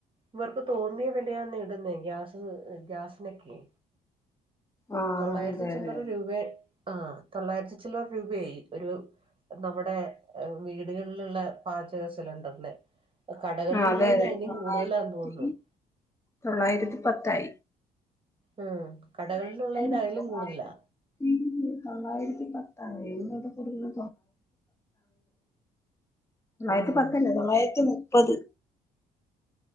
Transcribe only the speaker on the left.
ആ
അതെ
അതെ
ആ അതെ അതെ
തൊള്ളായിരത്തി
തൊള്ളായിരത്തി പത്തായി
<unintelligible>
തൊള്ളായിരത്തി
പത്താണ് <unintelligible> തൊള്ളായിരത്തി പത്താണെന്ന് തോന്നുന്ന് തൊള്ളായിരത്തി
പത്തല്ലേ തൊള്ളായിരത്തി മുപ്പത്